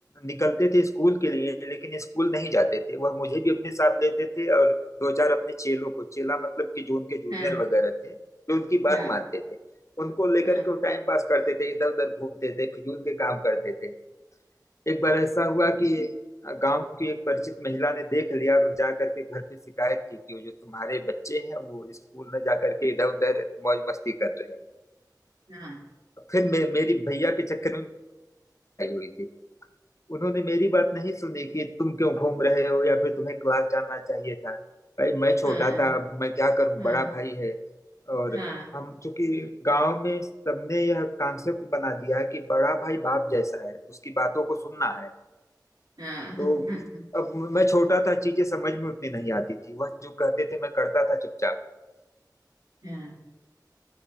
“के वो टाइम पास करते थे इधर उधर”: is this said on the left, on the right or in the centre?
Left